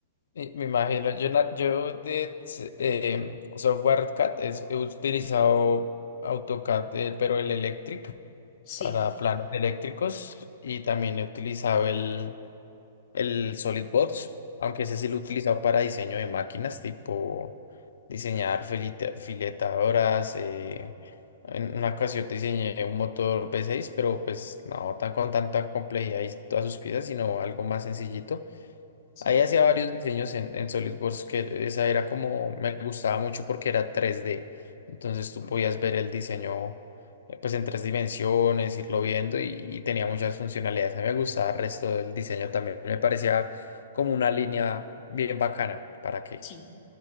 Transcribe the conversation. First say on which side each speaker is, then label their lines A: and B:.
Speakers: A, on the left; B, on the left.
A: y me imagino. Yo, na- yo de s- em, software CAD es- he utilizado AutoCAD, eh, pero el Electric
B: Sí,
A: para planos eléctricos y también he utilizado el El SolidWorks, aunque ese sí lo he utilizado para diseño de máquinas, tipo diseñar filete- filetadoras. eh, en una ocasión diseñé un motor V6, pero pues no tan con tanta complejidad y todas sus piezas, sino algo más sencillito.
B: sí,
A: Ahí hacía varios diseños en, en SolidWorks que esa era como, me gustaba mucho porque era tres d Entonces tú podías ver el diseño eh, pues en tres dimensiones, irlo viendo y, y tenía muchas funcionalidades. A mí me gustaba el resto del diseño también. Me parecía como una línea bien bacana. ¿Para qué?
B: sí.